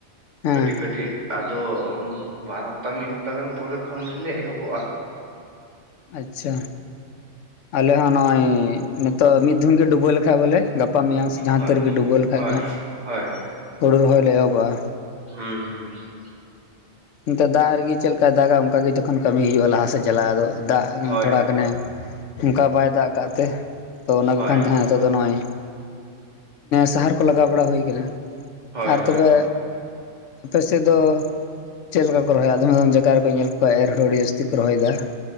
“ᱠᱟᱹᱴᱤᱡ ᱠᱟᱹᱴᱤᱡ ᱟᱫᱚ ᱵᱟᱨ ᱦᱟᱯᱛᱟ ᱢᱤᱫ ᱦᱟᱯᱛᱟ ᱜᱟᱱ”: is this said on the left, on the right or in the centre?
Right